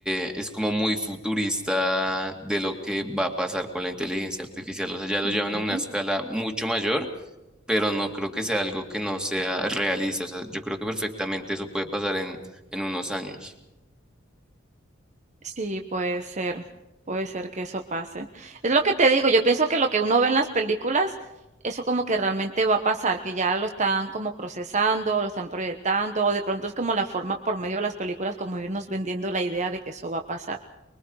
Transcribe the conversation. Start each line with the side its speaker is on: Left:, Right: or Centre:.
Centre: eh, es como muy futurista de lo que va a pasar con la inteligencia artificial. O sea, ya lo
Right: Ujú.
Centre: llevan a una escala mucho mayor, pero no creo que sea algo que no sea realista. O sea, yo creo que perfectamente eso puede pasar en, en unos años.
Right: Sí, puede ser, puede ser que eso pase. Es lo que te digo, yo pienso que lo que uno ve en las películas, eso como que realmente va a pasar, que ya lo están como procesando, lo están proyectando, o de pronto es como la forma por medio de las películas como irnos vendiendo la idea de que eso va a pasar.